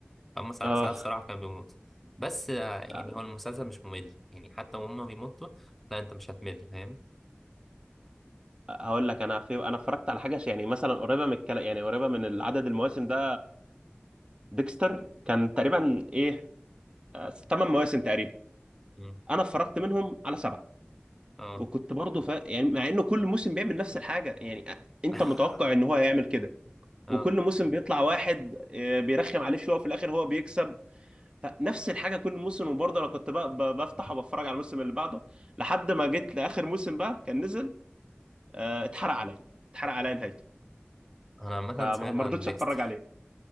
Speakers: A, in the centre; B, on the right.
A: اما سع-
B: اه
A: ساعات الصراحه كان بيموت بس آه، يعني
B: لا،
A: هو المسلسل مش ممل يعني حتى وهم بيموتوا لا انت مش هتمل فاهم
B: هقول لك انا في انا اتفرجت على حاجه يعني مثلا قريبه من الكلام يعني قريبه من عدد المواسم ده ديكستر كان تقريبا ايه 8 مواسم تقريبا
A: مم.
B: انا اتفرجت منهم على سبعه
A: اه
B: وكنت برضه ف... يعني مع انه كل موسم بيعمل نفس الحاجه يعني انت
A: <laughs>
B: متوقع ان هو هيعمل كده
A: اه
B: وكل موسم بيطلع واحد آه، بيرخم عليه شويه وفي الاخر هو بيكسب فنفس الحاجه كل موسم وبرضه انا كنت بقى ب- بفتح وبتفرج على الموسم اللي بعده لحد ما جيت لاخر موسم بقى كان نزل آه، اتحرق عليا اتحرق عليا نهايته
A: انا عامه
B: فما
A: سمعت
B: ما
A: عن
B: رضيتش
A: ديكستر
B: اتفرج عليه